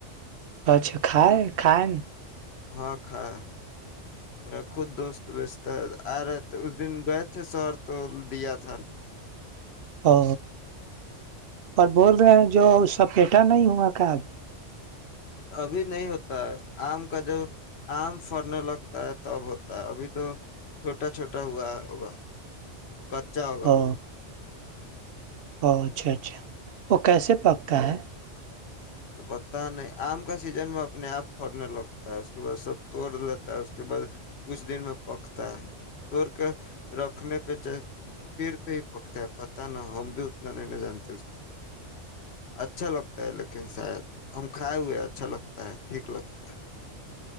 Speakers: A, on the right; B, on the left.
A: اچھا کائے کائے
B: ہاں کا میرا خود دوست بیچتا ہے آ رہے تھے اس دن گئے تھے شہر تو دیا تھا
A: او اور بول رہے ہیں جو اس سپیٹا نہیں ہوا کیا ابھی
B: ابھی نہیں ہوتا ہے آم کا جب آم فرنے لگتا ہے تب ہوتا ہے ابھی تو چھوٹا چھوٹا ہوا ہوگا کچا ہوگا
A: او
B: ابھی
A: او اچھا اچھا وہ کیسے پکتا ہے
B: پتا نہیں آم کا سیزن میں اپنے آپ پڑنے لگتا ہے اس کے بعد سب توڑ لیتا ہے اس کے بعد کچھ دن میں پکتا ہے توڑ کے رکھنے پہ پیر پہ ہی پکتا ہے پتا نہ ہم بھی اتنا نہیں نہ جانتے اچھا لگتا ہے ل لیکن شاید ہم کھائے ہوئے اچھا لگتا ہے ٹھیک لگتا ہے